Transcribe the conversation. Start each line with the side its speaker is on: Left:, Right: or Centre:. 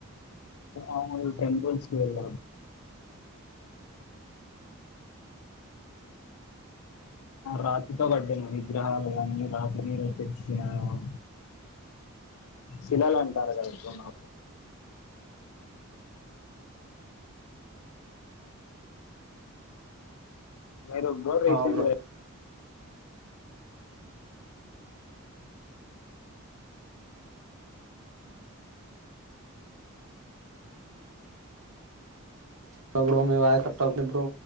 Left: అంట టెంపుల్స్కి వెళ్ళ రాత్రితో కట్టినా విగ్రహాలు కానీ రాత్రి మీద తెచ్చినను శిలలు అంటారు కదా నా మీరు బ రీసెంట్
Right: ఆ బ్రో సబ్రో మీ వాయిసు కట్టాబ్రో